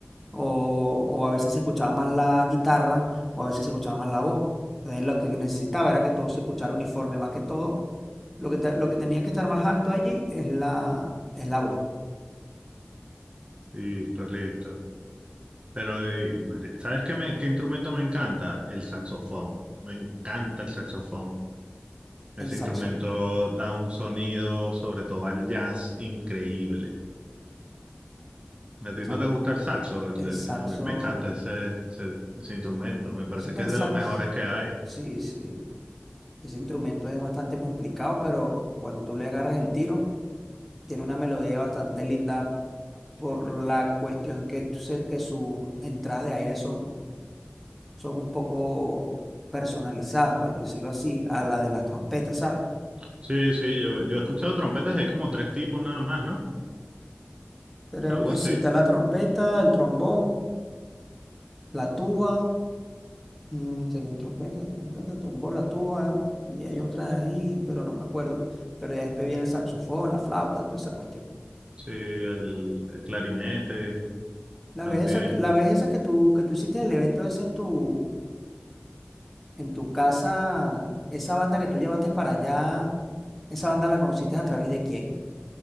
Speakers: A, in the centre; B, on the right.
A: o, o a veces se escuchaba más la guitarra o a veces se escuchaba más la voz. Entonces lo que necesitaba era que todo se escuchara uniforme más que todo. Lo que, te- lo que tenía que estar más alto allí es la, es la voz,
B: Listo, listo. Pero, de- madre, ¿sabes qué, me- qué instrumento me encanta? El saxofón. Me encanta el saxofón. Ese
A: el saxo.
B: instrumento da un sonido, sobre todo al jazz, increíble. ¿A
A: El
B: ti
A: sa-
B: no te gusta el saxo? El-
A: el
B: el-
A: saxo,
B: a mí me encanta ese, ese, ese instrumento. Me parece
A: no sé qué
B: que
A: el
B: es
A: sax,
B: de los mejores que hay.
A: sí, sí, ese instrumento es bastante complicado, pero cuando tú le agarras el tiro, tiene una melodía bastante linda por la cuestión que, tu- se- que sus entradas de aire son son un poco personalizadas, para decirlo así, a la de las trompetas, ¿sabes?
B: Sí, sí, yo, yo he escuchado trompetas, hay como tres tipos nada más, ¿no?
A: Creo
B: Algo
A: que
B: así.
A: sí está la trompeta, el trombón, la tuba, mm, tiene trompeta, trompeta, trombón, la tuba, y hay otras ahí, pero no me acuerdo. Pero ya después viene el saxofón, la flauta, toda esa cuestión.
B: Sí, el, el clarinete
A: La
B: también.
A: vez esa, que- la vez esa que tú, que tú hiciste el evento ese en tu, en tu casa, esa banda que tú llevaste para allá, esa banda la conociste a través de quién?